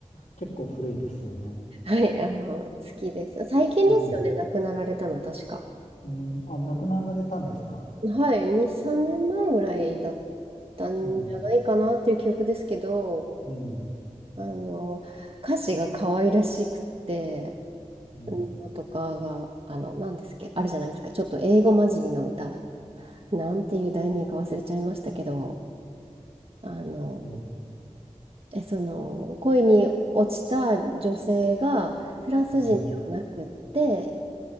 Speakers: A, on the left (about 80°); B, on the right (about 50°).
A: 結構古いですよね。
B: はい、あの、好きです。最近ですよね、
A: うん。
B: 亡くなられたの、確か。
A: うん。あ、亡くなられたんですか。
B: はい、2、3年前ぐらいだったんじゃないかなっていう記憶ですけど、
A: うん。うん。
B: あの、歌詞が可愛らしくて、
A: うん。
B: うんのとかが、あの、何ですっけ、あるじゃないですか。ちょっと英語混じりの歌。なんていう題名か忘れちゃいましたけど、あの、
A: うん。
B: え、その、恋に落ちた女性がフランス人ではなくって、
A: うん。